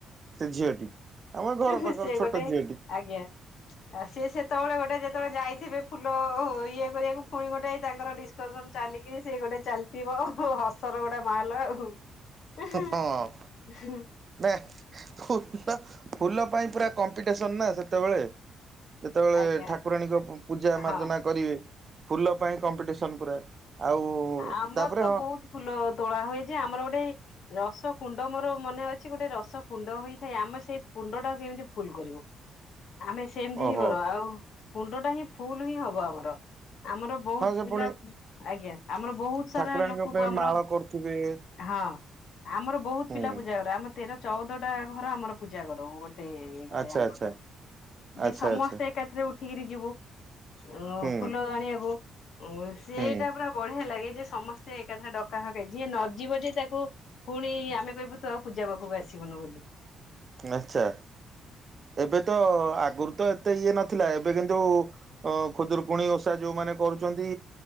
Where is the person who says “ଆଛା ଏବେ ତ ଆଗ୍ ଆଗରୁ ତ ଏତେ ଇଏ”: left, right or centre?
Right